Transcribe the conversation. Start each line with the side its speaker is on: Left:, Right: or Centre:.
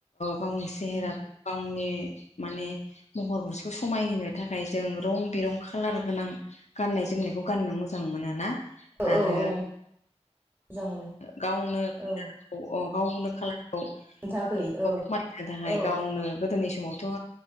Left: गावनि सेहेरा गावनि माने महर मुस्रिखौ समायहोनो थाखाय जों रं बिरं खालार गोनां। गाननाय जोमनायखौ गाननो मोजां मोनो ना? आरो
Right: औ औ औ मोजां मोनो
Left: गावनो गावनो
Right: औ
Left: औ गावनो खालारखौ
Right: खोन्थाखै
Left: खमायनो
Right: औ
Left: थाखाय
Right: औ
Left: गावनो गोदोनि समावथ'